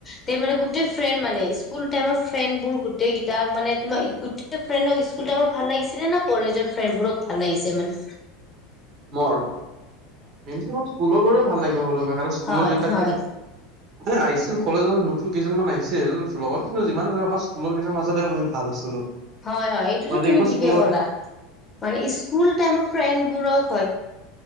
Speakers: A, on the left (about 25°); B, on the right (about 45°).
A: তে মানে গোটেই ফ্ৰেণ্ড মানে স্কুল টাইমৰ ফ্ৰেণ্ড বোৰ গোটেই কেইটাক মানে তোমাৰ <unintelligible> ফ্ৰেণ্ডক স্কুল টামৰ ভাল লাগিছিলে ন কলেজৰ ফ্ৰেণ্ড বোৰক ভাল লাগিছে মানে
B: মৰ কিন্তু তোমাৰ স্কুলৰ বোৰে ভাল লাগিব বুলি কয় আৰ স্কুলৰ
A: হয়
B: গেটাকে
A: হয়
B: অ আইছ ছিল কলেজত নতুন কেইজনমান আহিছিল লগৰ কিন্তু যিমান ধ আমাৰ স্কুলৰ কেইটাৰ মাজতে আমি ভাল আছিলো
A: হয় হয় এইটোতো
B: মই যে
A: তুমি
B: এইবাৰ
A: ঠিকে
B: স্কুলৰ
A: ক'লা মানে স্কুল টাইমৰ ফ্ৰেডবোৰক